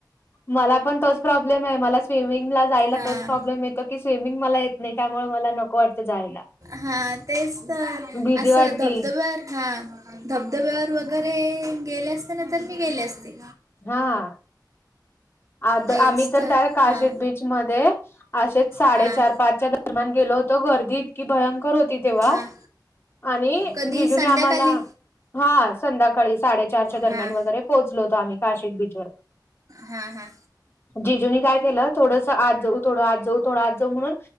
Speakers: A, on the left; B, on the right.
A: मला पण तोच प्रॉब्लेमे मला स्विमिंगला जायला
B: हां
A: तोच प्रॉब्लेम येतो की स्विमिंग मला येत् नाय त्यामुळं मला नको वाटतं जायला.
B: हा तेच तर
A: भीती
B: असं
A: वाटती
B: धबधब्यावर हां धबधब्यावर वगैरे गेले असते ना तर मी गेले असते.
A: हां. आद
B: तेच
A: आम्ही तर त्या काशिक
B: हां
A: बीचमध्ये असेच साडे
B: हां
A: चार पाचच्याद -रम्यान गेलो होतो गर्दी इतकी भयंकर होती तेव्हा
B: हां
A: आणि
B: कधी
A: जिजूंनी
B: संध्याकाळी
A: आम्हाला हा संध्याकाळी साडेचारच्या दरम्यान
B: हां
A: वगैरे पोहोचलो होतो आम्ही काशिक बिचवर.
B: हा हा.
A: जीजुनी काय केलं थोडसं आत जाऊ थोडं आत जाऊ थोडं आत जाऊ म्हणून